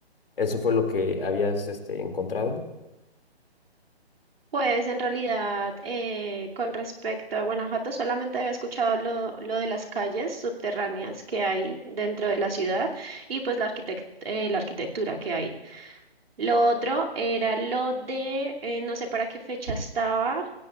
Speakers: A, on the left; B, on the right.
A: eso fue lo que habías, este, encontrado.
B: Pues en realidad, eh, con respecto a Guanajuato, solamente había escuchado lo, lo de las calles subterráneas que hay dentro de la ciudad y pues la arquitect- eh, la arquitectura que hay. Lo otro era lo de, eh, no sé para qué fecha estaba,